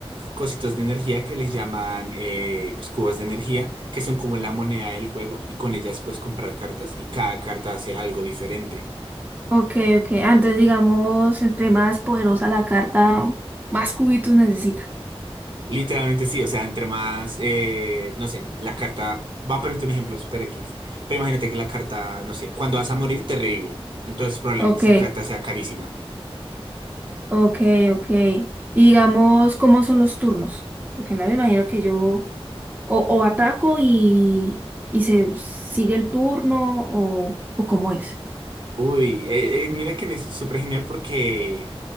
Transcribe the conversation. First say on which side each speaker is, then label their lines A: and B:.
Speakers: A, on the right; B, on the right.
A: cositos de energía que les llaman eh, pues, cubos de energía, que son como la moneda del juego y con ellas puedes comprar cartas y cada carta hace algo diferente.
B: Ok, ok. Ah, entonces, digamos, entre más poderosa la carta, más cubitos necesita.
A: Literalmente sí, o sea, entre más, eh, no sé, la carta, va a ponerte un ejemplo super X, pero imagínate que la carta, no sé, cuando vas a morir te revive, entonces probablemente
B: Ok,
A: esa carta sea carísima.
B: ok, ok. Y digamos, ¿cómo son los turnos? Porque no me imagino que yo o, o ataco y, y se sigue el turno o, o cómo es.
A: Uy, eh, eh, mira que en eso es súper genial porque